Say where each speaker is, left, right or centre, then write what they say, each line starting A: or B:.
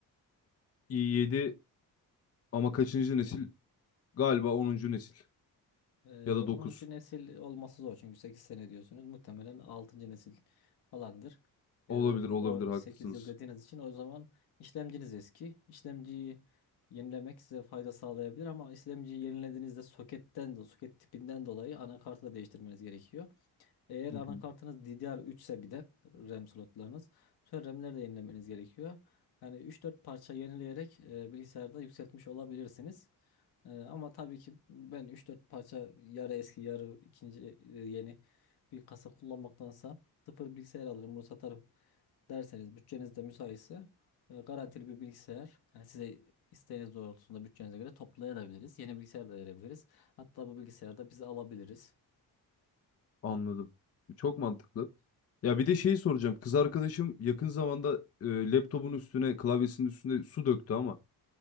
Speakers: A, on the left; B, on the left.
A: i7 ama kaçıncı nesil? Galiba onuncu nesil
B: Ee,
A: ya da
B: 10.
A: dokuz
B: nesil olması zor çünkü 8 sene diyorsunuz. Muhtemelen altıncı nesil falandır. Ee,
A: Olabilir olabilir
B: o
A: haklısınız.
B: 8 yıl dediğiniz için o zaman işlemciniz eski. İşlemciyi yenilemek size fayda sağlayabilir ama işlemciyi yenilediğinizde soketten de soket tipinden dolayı anakartı da değiştirmeniz gerekiyor. Eğer
A: Hı
B: anakartınız
A: hı.
B: DDR3 ise bir de RAM slotlarınız. Sonra RAM'leri de yenilemeniz gerekiyor. Yani üç dört parça yenileyerek e, bilgisayarda yükseltmiş olabilirsiniz. E, ama tabii ki ben üç dört parça yarı eski yarı ikinci e, yeni bir kasa kullanmaktansa sıfır bilgisayar alırım bunu satarım derseniz bütçeniz de müsaitse e, garantili bir bilgisayar yani size isteğiniz doğrultusunda bütçenize göre toplayabiliriz. Yeni bilgisayar da verebiliriz. Hatta bu bilgisayarda biz alabiliriz.
A: Anladım. Çok mantıklı. Ya bir de şeyi soracağım. Kız arkadaşım yakın zamanda e, laptopun üstüne, klavyesinin üstüne su döktü ama